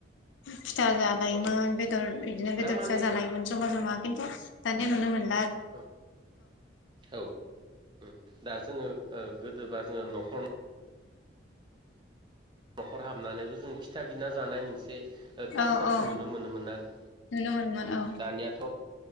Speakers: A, on the left; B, on the right.
A: फिथा जालायोमोन
B: औ
A: बेदर बिदिनो बेदर
B: दा माने
A: फिसा जालायोमोन जमा ज'मा खिन्थु दानिया नुनो मोन
B: औ औ दा जोङो ओ गोदोबा जोङो न'खर न'खर हाबनानैबो जों फिथा बिना जानाय मोनसे कालसारखौ
A: औ औ
B: नुनो मोनोमोन आरो
A: नुनो मोनोमोन औ
B: दानियाथ' औ